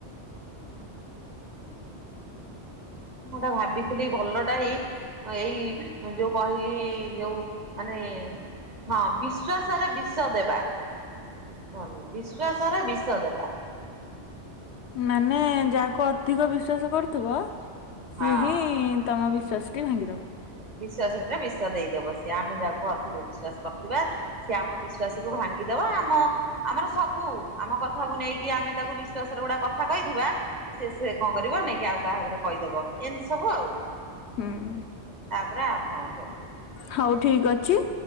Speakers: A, on the right; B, on the left.
A: ମୁଁ ଗୋଟା ଭାବିଥିଲି ଭଲ ଟାଇ ଏଇ ଯୋଉ କହିଲି ଯୋଉ ମାନେ ହଁ ବିଶ୍ଵାସ ରେ ବିଷ ଦେବା। ହୁନି ବିଶ୍ୱାସରେ ବିଷ ଦେବା।
B: ମାନେ ଯାହାକୁ ଅଧିକ ବିଶ୍ଵାସ କରୁଥିବ ସିଏ
A: ହଁ
B: ହିଁ ତମ ବିଶ୍ୱାସ ଟି ଭାଙ୍ଗିଦେବ।
A: ବିଶ୍ଵାସରେ ବିସ ଦେଇଦବ ସିଏ ଆମେ ଯାହାକୁ ଅଧିକ ବିଶ୍ୱାସ କରିଥିବା। ସିଏ ଆମ ବିଶ୍ଵାସ କୁ ଭାଙ୍ଗିଦବ ଆମ ଆମର ସବୁ ଆମ କଥାକୁ ନେଇକି ଆମେ ତାକୁ ବିଶ୍ଵାସରେ ଗୁଡା କଥା କହିଥିବା ସେ ସେ କଣ କରିବ ନେଇକି ଆଉ କାହା ଆଗରେ କହିଦବ ଏମିତି ସବୁ ଆଉ।
B: ହଁ।
A: ତାପରେ ଆପଣ କୁହନ୍ତୁ।
B: ହଉ ଠିକ୍ ଅଛି